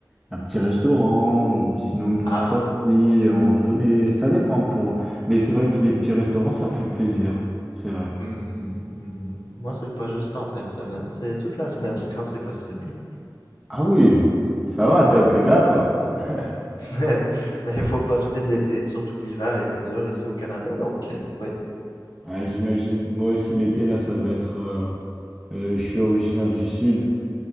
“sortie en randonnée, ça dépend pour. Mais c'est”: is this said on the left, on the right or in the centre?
Centre